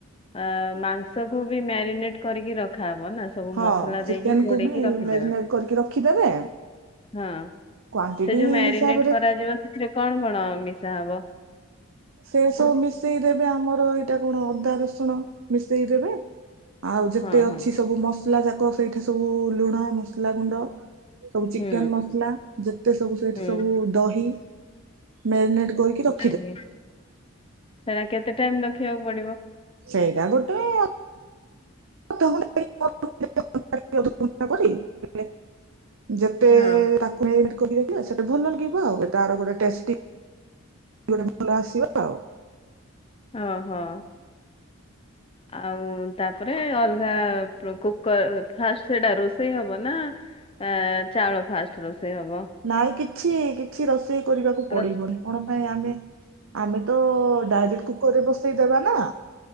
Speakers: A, on the left (about 25°); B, on the right (about 65°).
A: ଅ ମାଂସକୁୁ ବି ମ୍ୟାରିନେଟ କରିକି ରଖାହବ ନା? ସବୁ
B: ହଁ
A: ମସଲା
B: ଚିକେନ
A: ଦେଇକି ଘୋଡେଇକି
B: କୁ ବି
A: ରଖିଦେବା।
B: ମ୍ୟାରିନେଟ କରିକି ରଖିଦେବେ।
A: ହଁ
B: କ୍ଵାଣ୍ଟିଟି
A: ସେ ଯୋଉ ମ୍ୟାରିନେଟ
B: ହିସାବରେ
A: କରାଯିବ ସେଥିରେ କଣ କଣ ମିଶା ହବ?
B: ସେ ସବୁ ମିଶେଇ ଦେବେ ଆମର ଏ ଏଟା କଣ ଅଦା ରସୁଣ ମିଶେଇଦେବେ ଆଉ ଯେତେ
A: ହଁ
B: ଅଛି
A: ହଁ
B: ସବୁ ମସଲା ଯାକ ଶ୍ ସେଇଠି ସବୁ ଲୁଣ ମସଲା ଗୁଣ୍ଡ ସବୁ ଚିକେନ
A: ହୁଁ
B: ମସଲା ଯେତେ ସବୁ ସେଠି
A: ହୁଁ
B: ସବୁ ଦହି ମେରିନେଟ କରିକି ର
A: ଆଜ୍ଞା। ସେଇଟା କେତେ ଟାଇମ ରଖିବାକୁ ପଡିବ?
B: ସେଇଟା ଗୋଟେ <unintelligible> <unintelligible> ଅଧଘଣ୍ଟା କରି <unintelligible> ଯେତେ
A: ହଁ
B: ତାକୁ <unintelligible> ସେତେ ଭଲ ଲାଗିବ ଆଉ ତାର ଗୋଟେ ଟେଷ୍ଟୀ। ଗୋଟେ ଭଲ ଆସିବା ଆଉ।
A: ଓହୋ। ଆଉ ତାପରେ ଅଲଗା ପୁ କୁକର ଫାଷ୍ଟ ସେଟା ରୋଷେଇ ହବ ନା ଏ ଚାଉଳ ଫାଷ୍ଟ ରୋଷେଇ ହବ?
B: ନାଇଁ କିଛି କିଛି ରୋଷେଇ କରିବାକୁ
A: ପ୍ର-
B: ପଡିବନି। କଣ ପାଇଁ ଆମେ ଆମେ ତ ଡାଇରେକ୍ଟ କୁକରରେ ବସେଇଦବା ନା।